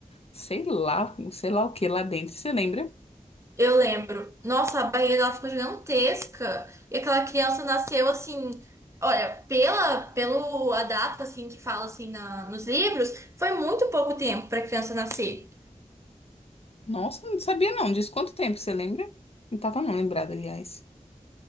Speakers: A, on the left; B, on the right.
A: sei lá, um sei lá o que lá dentro. Você lembra?
B: Eu lembro. Nossa, a barriga dela ficou gigantesca. E aquela criança nasceu assim. Olha, pela pelo a data assim que fala assim na- nos livros, foi muito pouco tempo para a criança nascer.
A: Nossa, não sabia não. Diz quanto tempo, você lembra? Não tava não lembrada, aliás.